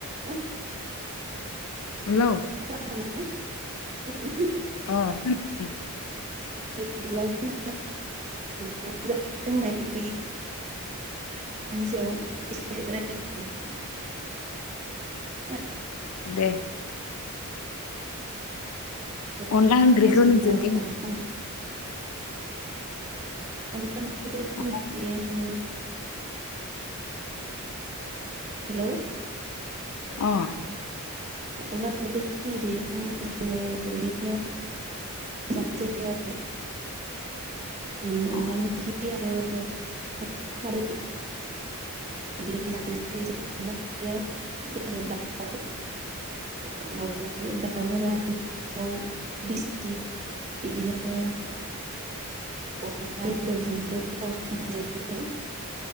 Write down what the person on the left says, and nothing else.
हेल'
अ खौनादों
द <inaudible>
अनला ओंख्रिखौ
जों
<inaudible>
अ
अ